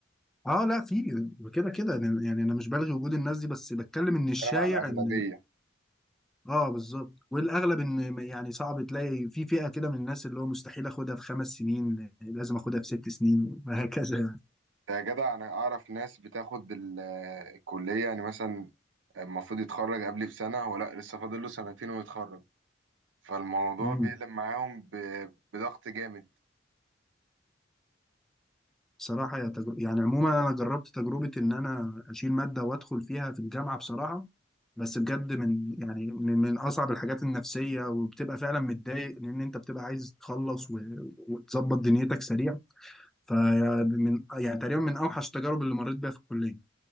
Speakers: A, in the centre; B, on the right (about 85°).
A: اه لا في كده كده أنا- يعني انا مش بلغي وجود الناس دي بس بتكلم ان الشايع
B: انا مع الاغلبيه
A: ان اه بالظبط والاغلب ان م- يعني صعب تلاقي في فئه كده من الناس اللي هو مستحيل اخدها في خمس سنين لازم اخدها في ست سنين <laughs> وهكذا يعني
B: ده يا جدع انا اعرف ناس بتاخد ال- آه، الكليه يعني مثلا المفروض يتخرج قبلي بسنه هو لا لسه فاضل له سنتين ويتخرج فالموضوع
A: امم
B: بيقلب معاهم ب- بضغط جامد
A: بصراحه يا تجر... يعني عموما انا جربت تجربه ان انا اشيل ماده وادخل فيها في الجامعه بصراحه بس بجد من يعني من, من اصعب الحاجات النفسيه وبتبقى فعلا متضايق لان انت بتبقى عايز تخلص و... وتظبط دنيتك سريع فمن يعني تقريبا من اوحش التجارب اللي مريت بيها في الكليه